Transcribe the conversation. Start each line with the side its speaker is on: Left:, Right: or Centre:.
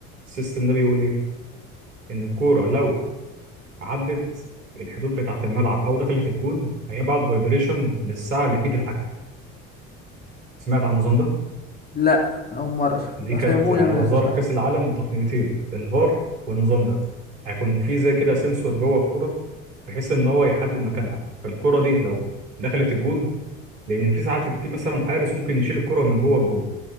Right: السيستم ده بيقول ايه ان الكوره لو عدت الحدود بتاعة الملعب أو دخلت الجون هيبعت فايبريشن للساعة اللي في إيد الحكم سمعت عن النظام ده؟
Left: لا اول مره
Right: دي كانت
Left: فاهمهولي
Right: يعني
Left: انا
Right: هو ظهر
Left: مش عارف
Right: في كأس العالم تقنيتين الفار والنظام ده هيكون في زي كده سنسور جوه الكورة بحيث إن هو يحدد مكانها فالكورة دي لو دخلت الجون لأن في ساعات في مثلا حارس ممكن يشيل الكورة من جوه الجون